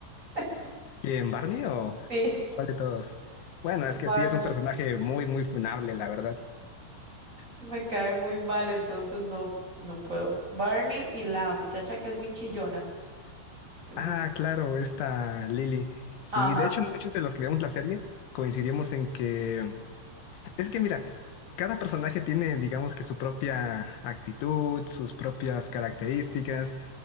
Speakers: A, on the right; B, on the left.
A: <laughs>
B: ¿Quién, Barney o
A: Sí,
B: cuál de todos? Bueno, es
A: Barney.
B: que sí, es un personaje muy, muy funable, la verdad.
A: Me cae muy mal, entonces no, no puedo. Barney y la muchacha que es muy chillona. No.
B: Ah, claro, esta Lily. Sí,
A: Ajá.
B: de hecho, muchos de los que vemos la serie coincidimos en que Es que mira, cada personaje tiene, digamos que su propia actitud, sus propias características.